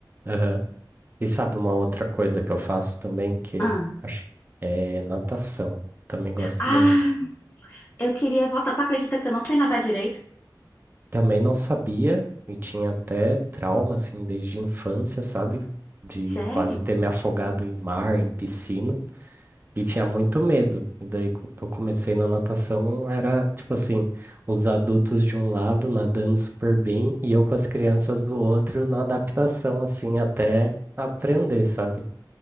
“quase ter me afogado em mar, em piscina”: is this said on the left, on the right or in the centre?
Right